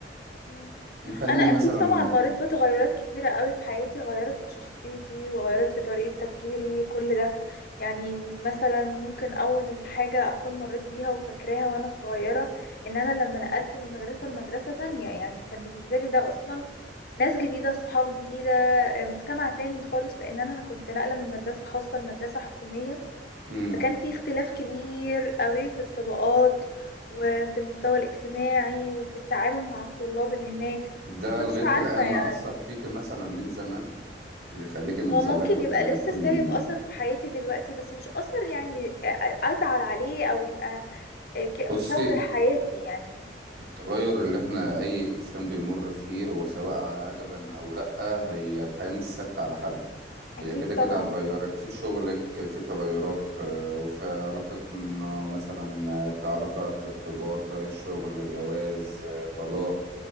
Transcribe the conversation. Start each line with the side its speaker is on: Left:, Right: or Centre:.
Left: مم.
Right: نخلينا
Left: انا اكيد
Right: مثلا
Left: طبعا مريت بتغيرات كتيره قوي في حياتي غيرت في شخصيتي وغيرت في طريقه تفكيري كل ده يعني مثلا ممكن اول حاجه اكون مريت بيها وفاكراها وانا صغيره ان انا لما نقلت من مدرسه لمدرسه تانية يعني كان بالنسبه لي ده اصلا ناس جديده صحاب جديده مجتمع تاني خالص لان انا أنا كنت ناقله من مدرسه خاصه لمدرسه حكوميه
Right: امم
Left: فكان في اختلاف كبير قوي في الطبقات وفي المستوى الاجتماعي وفي التعامل مع الطلاب اللي هناك
Right: ده
Left: كنتش
Right: لغايه
Left: عارفة
Right: الان
Left: يعني
Right: ما اثر فيك مثلا من زمان اللي يخليكي من
Left: هو
Right: زمان
Left: ممكن
Right: كنت
Left: يبقى
Right: نقلتي
Left: لسه سايب
Right: من
Left: أثر في حياتي دلوقتي بس مش أثر يعني أزعل عليه أو يبقى آه، ك-
Right: بصي
Left: مشوه حياتي يعني
Right: التغير اللي احنا اي انسان بيمر فيه هو سواء عجبا او لا هي الحياه مش ثابته على حد
Left: أكيد
Right: هي كده كده
Left: طبعا
Right: هتغيرك في شغلك في تغيرات آه، وفي علاقتنا مثلا آه، كعلاقة ارتباط آه، شغل جواز آه، طلاق